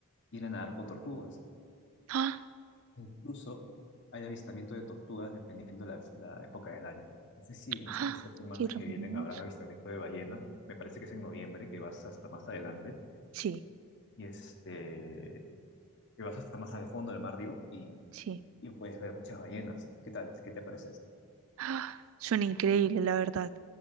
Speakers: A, on the left; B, on the right.
A: ir a nadar con tortugas.
B: <gasps> ¡Ah!
A: Incluso hay avistamiento de tortugas dependiendo la, la época del año. No sé si en
B: ¡Ah!
A: estas dos semanas
B: Qué hermoso.
A: que vienen habrán avistamiento de ballena. Me parece que es en noviembre, que vas hasta más adelante
B: Sí,
A: y este, que vas hasta más al fondo del mar, digo, y,
B: sí.
A: y puedes ver muchas ballenas. ¿Qué tal? ¿Qué te parece? eso?
B: <gasps> Suena increíble, la verdad.